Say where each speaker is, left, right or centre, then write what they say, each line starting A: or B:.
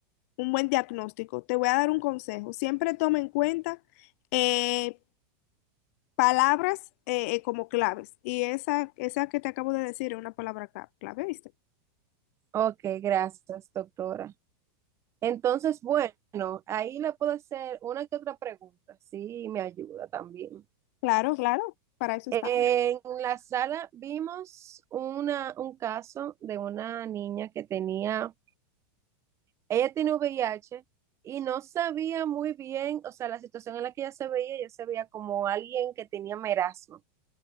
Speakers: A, on the left (about 50°); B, on the right (about 30°).
A: un buen diagnóstico. Te voy a dar un consejo. Siempre toma en cuenta eh, palabras eh, eh, como claves. Y esa, esa que te acabo de decir es una palabra cla- clave, ¿viste?
B: Ok, gracias, doctora. Entonces, bueno, ahí le puedo hacer una que otra pregunta, sí, me ayuda también.
A: Claro, claro, para eso está.
B: En la sala vimos una, un caso de una niña que tenía, ella tiene VIH y no sabía muy bien, o sea, la situación en la que ella se veía, ella se veía como alguien que tenía merasmo.